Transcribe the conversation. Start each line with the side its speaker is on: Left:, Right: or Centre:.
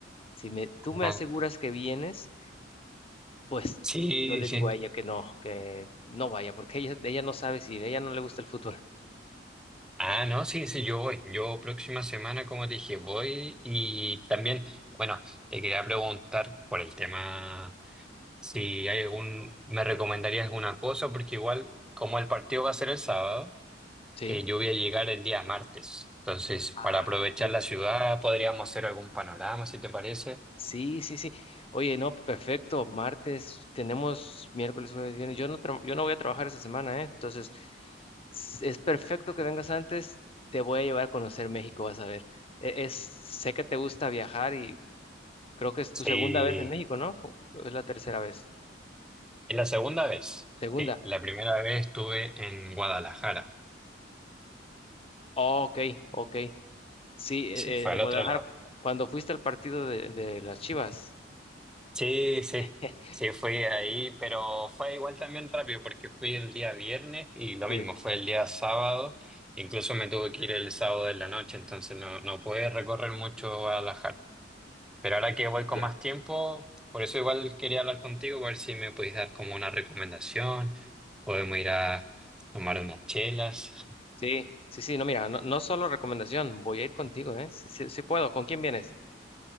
Left: Si me, tú me
Centre: ah,
Left: aseguras que vienes. Pues
Centre: sí,
Left: yo le
Centre: sí.
Left: digo a ella que no, que no vaya, porque ella, ella no sabe si a ella no le gusta el fútbol.
Centre: Ah, no, sí, sí, yo voy. Yo próxima semana, como te dije, voy y también, bueno, te quería preguntar por el tema. Si hay algún, me recomendarías alguna cosa, porque igual, como el partido va a ser el sábado,
Left: Sí,
Centre: eh, yo voy a llegar el día martes. Entonces,
Left: Ah,
Centre: para aprovechar
Left: perfecto.
Centre: la ciudad, podríamos hacer algún panorama, si te parece.
Left: sí, sí, sí. Oye, no, perfecto. Martes tenemos miércoles, jueves, viernes. Yo no, tra- yo no voy a trabajar esta semana, ¿eh? Entonces, s- es perfecto que vengas antes. Te voy a llevar a conocer México, vas a ver. E- Es, sé que te gusta viajar y creo que es
Centre: Sí,
Left: tu segunda vez en México, ¿no? ¿O Es la tercera vez.
Centre: es la segunda vez.
Left: Segunda.
Centre: Sí, la primera vez estuve en Guadalajara.
Left: Oh, ok, ok. Sí, eh,
Centre: Sí, fue
Left: el
Centre: al
Left: Guadalajara,
Centre: otro lado.
Left: cuando fuiste al partido de, de las Chivas.
Centre: Sí, sí,
Left: <laughs>
Centre: sí, fui ahí, pero fue igual también rápido porque fui el día viernes y lo
Left: Sí,
Centre: mismo, fue el día sábado, incluso me tuve que ir el sábado en la noche, entonces no, no pude recorrer mucho Guadalajara. Pero ahora que voy con
Left: ya.
Centre: más tiempo, por eso igual quería hablar contigo, a ver si me podéis dar como una recomendación, podemos ir a tomar unas chelas.
Left: Sí, sí, sí, no, mira, no, no solo recomendación, voy a ir contigo, ¿eh? Sí, sí, sí puedo, ¿con quién vienes?